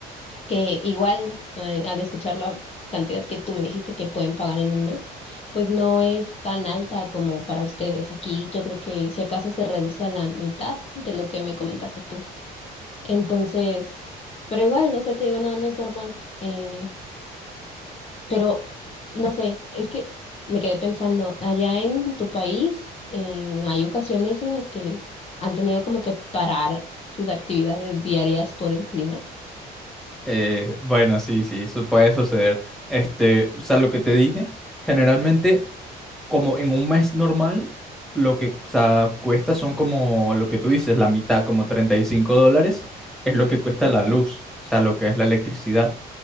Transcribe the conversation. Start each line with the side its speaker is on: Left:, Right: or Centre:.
Left: que igual eh, al escuchar la cantidad que tú me dijiste que pueden pagar en un mes, pues no es tan alta como para ustedes. Aquí yo creo que si acaso se reduce a la mitad de lo que me comentaste tú. Entonces, pero igual, no sé, te digo, no, no es normal. Eh, pero no sé, es que me quedé pensando, allá en tu país eh, hay ocasiones en las que han tenido como que parar sus actividades diarias por el clima.
Centre: Eh, bueno, sí, sí, eso puede suceder. Este, o sea, lo que te dije, generalmente, como en un mes normal, lo que, o sea, cuesta son como lo que tú dices, la mitad, como 35 dólares, es lo que cuesta
Left: Ujú.
Centre: la luz, o sea, lo que es la electricidad.